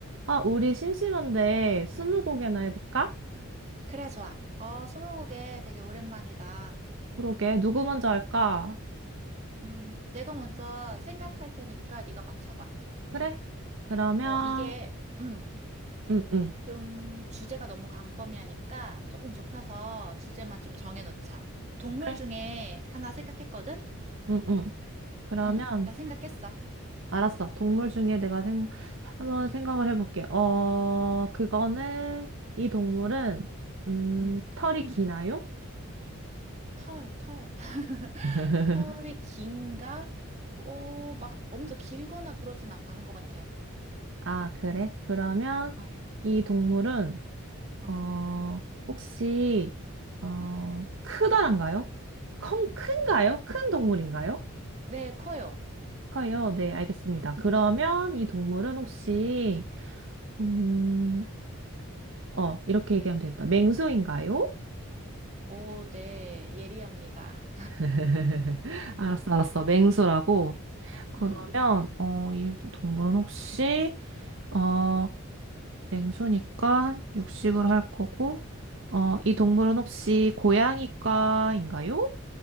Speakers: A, on the right (about 60°); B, on the right (about 30°).
A: 아, 우리 심심한데 스무고개나 해볼까?
B: 그래, 좋아. 어, 스무고개 되게 오랜만이다.
A: 그러게, 누구 먼저 할까?
B: 음, 내가 먼저 생각할 테니까 네가 맞춰봐.
A: 그래? 그러면,
B: 어, 이게, 음,
A: 응, 응,
B: 좀 주제가 너무 광범위하니까 조금 좁혀서 주제만 좀 정해놓자. 동물
A: 그래,
B: 중에 하나 생각했거든?
A: 응, 응. 그러면,
B: 음, 나 생각했어.
A: 알았어. 동물 중에 내가 생, 한번 생각을 해볼게. 어, 그거는, 이 동물은, 음,
B: 음,
A: 털이 기나요?
B: 털, 털. <laughs>
A: <laughs>
B: 털이 긴가? 어, 막 엄청 길거나 그러진 않은 것 같아.
A: 아, 그래? 그러면,
B: 어,
A: 이 동물은,
B: 어,
A: 어, 혹시, 어,
B: 어.
A: 크다란가요? 컹, 큰가요? 큰 동물인가요?
B: 네, 커요.
A: 커요. 네, 알겠습니다. 그러면 이 동물은 혹시, 음, 어, 이렇게 얘기하면 되겠다. 맹수인가요?
B: 오, 네, 예리합니다.
A: <laughs> 알았어, 알았어. 맹수라고. 그러면,
B: 음.
A: 어, 이 동물은 혹시, 어, 맹수니까 육식을 할 거고, 어, 이 동물은 혹시 고양이과인가요?